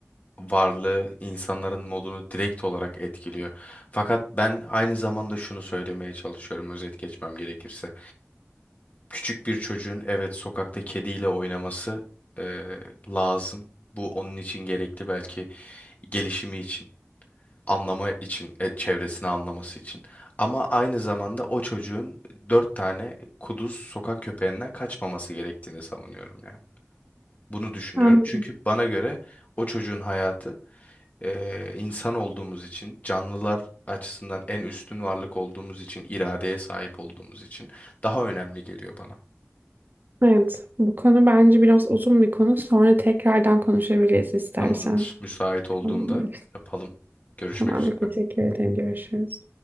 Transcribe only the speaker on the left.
varlığı insanların modunu direkt olarak etkiliyor. Fakat ben aynı zamanda şunu söylemeye çalışıyorum özet geçmem gerekirse. Küçük bir çocuğun evet sokakta kediyle oynaması eee, lazım. Bu onun için gerekli belki gelişimi için. anlama için, e, çevresini anlaması için. Ama aynı zamanda o çocuğun dört tane kuduz sokak köpeğinden kaçmaması gerektiğini savunuyorum yani. Bunu düşünüyorum.
Çünkü bana göre o çocuğun hayatı e, insan olduğumuz için, canlılar açısından en üstün varlık olduğumuz için, iradeye sahip olduğumuz için daha önemli geliyor bana.
Tamamdır. Müsait olduğunda
yapalım. Görüşmek
üzere.